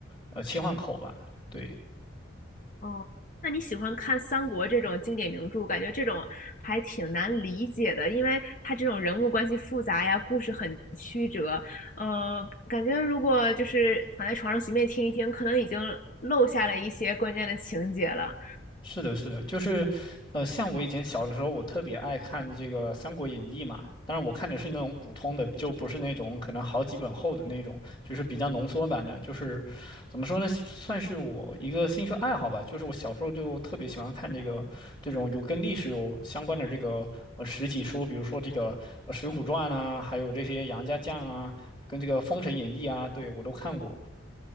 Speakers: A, on the left; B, on the left.
A: 呃切换口吧。对，
B: 哦，那你喜欢看三国这种经典名著，感觉这种还挺难理解的，因为它这种人物关系复杂呀，故事很曲折，呃，感觉如果就是躺在床上随便听一听，可能已经漏下了一些关键的情节了。
A: 是的，是的，就是，呃，像我以前小的时候，我特别爱看这个《三国演义》嘛。当然，我看的是那种普通的，就不是那种可能好几本厚的那种，就是比较浓缩版的。就是怎么说呢，算是我一个兴趣爱好吧。就是我小时候就特别喜欢看这个这种有跟历史有相关的这个呃实体书，比如说这个呃《水浒传》啊，还有这些杨家将啊，跟这个《封神演义》啊，对我都看过。